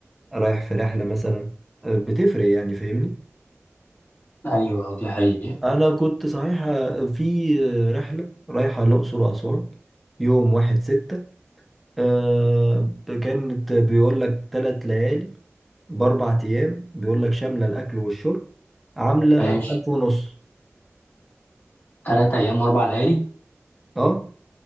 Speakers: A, in the centre; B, on the left.
A: رايح في رحلة مثلا آه، بتفرق يعني فاهمني
B: ايوه دي حقيقه
A: انا كنت صحيح آه، في آه، رحلة رايحة الاقصر واسوان يوم واحد ستة آه، كانت بيقول لك تلات ليالي باربع ايام بيقول لك شاملة الاكل والشرب عاملة
B: ماشي
A: ألف ونص
B: تلات ايام واربع ليالي
A: اه